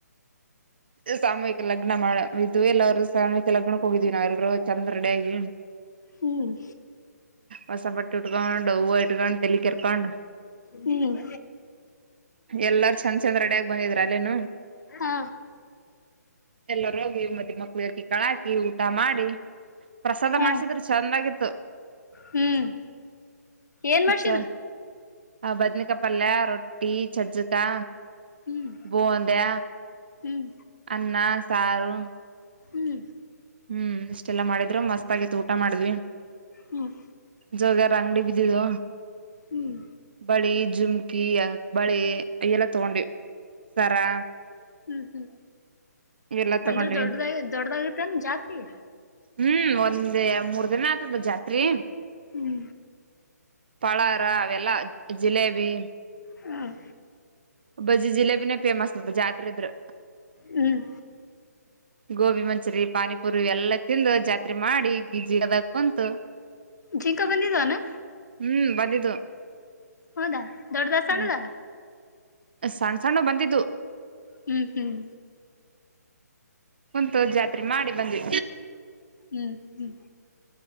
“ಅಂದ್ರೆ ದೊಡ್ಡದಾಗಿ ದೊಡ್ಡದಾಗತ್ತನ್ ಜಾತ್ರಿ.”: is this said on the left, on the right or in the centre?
Left